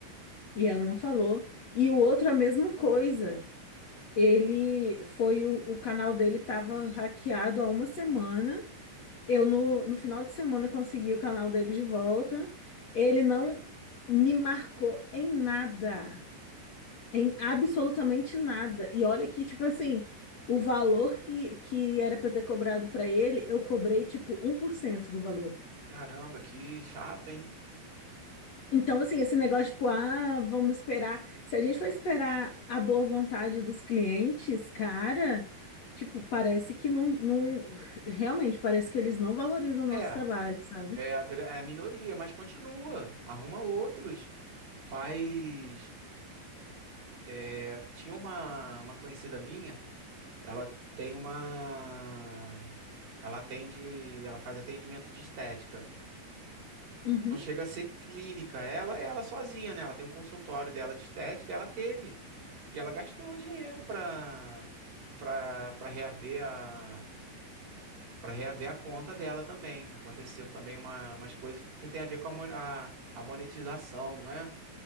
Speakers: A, on the left (about 50°); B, on the right (about 45°).
A: E ela não falou. E o outro, a mesma coisa. Ele foi, o, o canal dele tava hackeado há uma semana. Eu, no, no final de semana, consegui o canal dele de volta. Ele não me marcou em nada, em absolutamente nada. E olha que, tipo assim, o valor que, que era para ter cobrado para ele, eu cobrei, tipo, um por cento do valor.
B: Caramba, que chato, hein?
A: Então, assim, esse negócio, tipo, ah, vamos esperar. Se a gente for esperar a boa vontade dos clientes, cara, tipo, parece que não, não... Realmente, parece que eles não valorizam o
B: É,
A: nosso trabalho, sabe?
B: é a, gra- é a minoria, mas continua. Arruma outros. Faz. é, tinha uma, uma conhecida minha, ela tem uma. Ela atende. Ela faz atendimento de estética.
A: Uhum.
B: Não chega a ser clínica. Ela, é ela sozinha, né? Ela tem um consultório dela de estética, ela teve. E ela gastou dinheiro pra, pra, pra reaver a Pra reaver a conta dela também. Aconteceu também uma, umas coisas, porque tem a ver com a, mon- a- a monetização, não é?